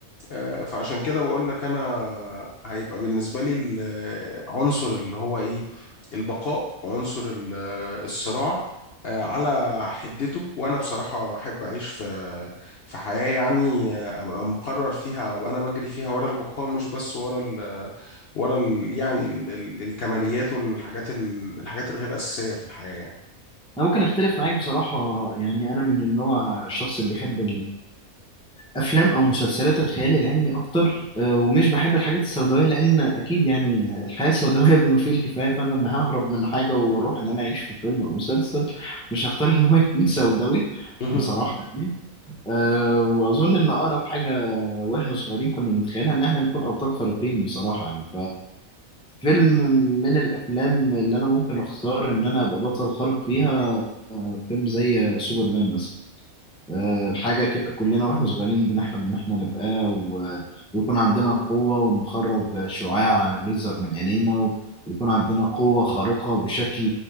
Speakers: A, on the left; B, in the centre.
A: آه، فعشان كده بقول لك انا هيبقى بالنسبه لي العنصر اللي هو ايه البقاء وعنصر ال- آه، الصراع آه، على حدته وانا بصراحه احب اعيش في في حياه يعني آه، ابقى مقرر فيها وابقى انا بجري فيها ورا البقاء مش بس ورا ال آه، ورا ال يعني ال ال الكماليات والحاجات ال الحاجات الغير اساسيه في الحياه يعني
B: انا ممكن اختلف معاك بصراحه يعني انا من النوع الشخص اللي بيحب الافلام او مسلسلات الخيال العلمي اكتر آه، ومش بحب الحاجات السوداويه لان اكيد يعني الحياه سوداويه <laughs> بما فيه الكفايه فانا لما ههرب من حاجه واروح ان انا اعيش في فيلم او مسلسل مش هختار ان هو <laughs> يكون سوداوي
A: مهم.
B: بصراحه يعني أه واظن ان اقرب حاجه واحنا صغيرين كنا بنتخيلها ان احنا نكون ابطال خارقين بصراحه يعني فيلم من الافلام اللي انا ممكن اختار ان انا ابقى بطل خارق فيها آه، فيلم زي سوبرمان مثلا آه، حاجه كده كلنا واحنا صغيرين بنحلم ان احنا نبقى و- ويكون عندنا القوه ونخرج شعاع ليزر من عينينا و- ويكون عندنا قوه خارقه بشكل